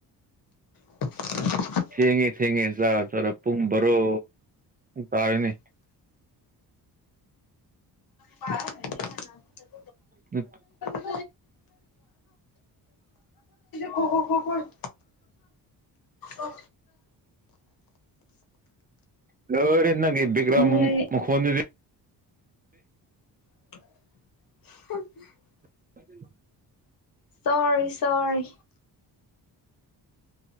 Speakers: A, on the left; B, on the right.
A: <inaudible>
B: ꯊꯦꯡꯉꯦ ꯊꯦꯡꯉꯦ ꯆꯥꯛ ꯆꯥꯔꯣ ꯄꯨꯡ ꯕꯔꯣ ꯇꯥꯔꯦꯅꯦ
A: ꯄꯥ <inaudible>
B: ꯎꯠ
A: <inaudible> ꯑꯦ ꯈꯣꯈꯣ ꯈꯣꯈꯣ <inaudible> <inaudible> ꯑꯣ
B: ꯂꯣꯏꯔꯦ ꯅꯪꯒꯤ ꯕꯤꯒ꯭ꯔꯝ
A: ꯅꯣꯏ
B: ꯃꯈꯣꯟꯗꯨꯗꯤ
A: <inaudible>
B: <inaudible>
A: ꯁꯣꯔꯤ ꯁꯣꯔꯤ